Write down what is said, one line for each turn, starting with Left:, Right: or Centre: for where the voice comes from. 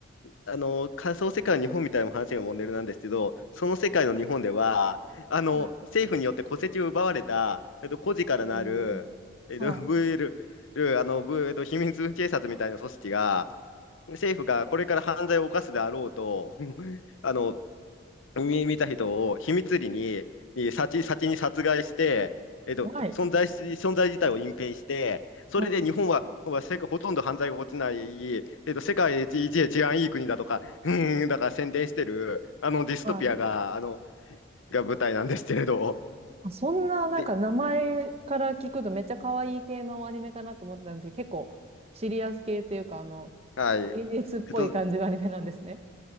Left: あの、仮想世界の日本みたいな話がモデルなんですけど、その世界の日本では、あの、
Right: はい。
Left: 政府によって戸籍を奪われた、えっと、孤児からなる、
Right: えー、
Left: えっと、
Right: はい。
Left: VL、
Right: は
Left: あの、ブえっと、秘密警察みたいな組織が、政府がこれから犯罪を犯すであろうと、<laughs> あの、見見た人を秘密裏に、えー先、先に殺害して、えっと、
Right: い。
Left: 存在し、存在自体を隠蔽して、
Right: はい。
Left: それで日本は、は世界ほとんど犯罪が起きない、えっと、世界一、一治安いい国だとか、うーん、だから宣伝してる、あのディストピアが、
Right: はい。
Left: あの、が舞台なんですけれど、
Right: あ、そんななんか名前から聞くとめっちゃ可愛い系のアニメかなと思ってたんですけど、
Left: で、
Right: 結構シリアス系っていうか、あの、
Left: はい。え
Right: 現実っぽい感じのアニメなんですね。
Left: っと、